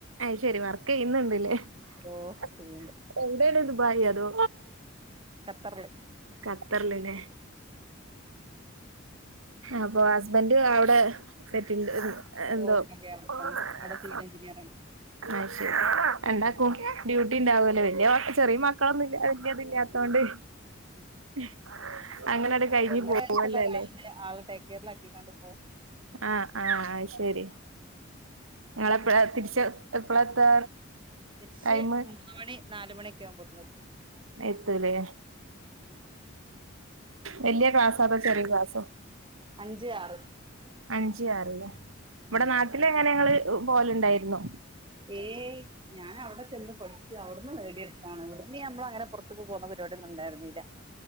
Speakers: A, on the right; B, on the right.
A: അത്ശെരി വർക്കെയ്യ്ന്ന്ണ്ട്ലേ
B: ഓ
A: ഹസ്
B: ചെയ്യണ്ട്
A: എവിടേണ് ദുബായിയോ അതോ
B: ഖത്തർല്
A: ഖത്തർല് ലെ
B: ഉം
A: അപ്പാെ ഹസ്ബെന്റ് അവടെ സെറ്റിൽഡ് ഹ് എ
B: ഓ
A: എന്തോ
B: ശരിയാ അവിടെത്തന്നെ
A: ആഹ് മളേ
B: അവിടെ സിവിൽ എഞ്ചിനിയറാണ്
A: അത്ശെരി രണ്ടാക്കും ഡ്യൂട്ടി ഉണ്ടാവോലൊ വെല്യേമക്ക ചെറിയ മക്കളൊന്നും ഇല്യ വെല്ല്യേ ഇത് ല്യാ താേണ്ടൈ
B: കൊർച്ച്
A: ഇഹ് അങ്ങനെട് കഴിഞ്ഞു
B: ഒന്നര
A: പോവല്ലോ
B: വയസ്സ്ള്ള <unintelligible>
A: അല്ലേ
B: ആളെ ടേക്കേറിലാക്കികാണ്ട് പോവും
A: ആഹ് ആഹ് അത് ശെരി ഇങ്ങളെപ്പെഴാ തിരിച്ച് എപ്പളാ എത്താ
B: തിരിച്ച്
A: ടൈമ്
B: മൂന്ന് മണി നാല് മണിയെക്കെ ആവുമ്പോത്തിന് എത്തും
A: ആഹ് എത്തൂലേ
B: ഉം ഉം
A: വെല്യേ ക്ലാസ്സോ അതോ ചെറിയ ക്ലാസ്സോ
B: അഞ്ച് ആറ്
A: അഞ്ച് ആറ്ലെ
B: ഉം
A: ഇവടെ നാട്ടില് എങ്ങനെ ഇങ്ങള് പോവല് ഇണ്ടായിര്ന്നോ
B: ഏയ് ഞാന് അവടെ ചെന്ന് പഠിച്ച് അവ്ട്ന്ന് നേടിയത് ആഹ് ഇവ്ട്ന്ന് ഞമ്മള് അങ്ങനെ പാെർത്ത്ക്ക് പോവുന്ന പരിവാടിയൊന്നും ഇണ്ടാര്ന്നില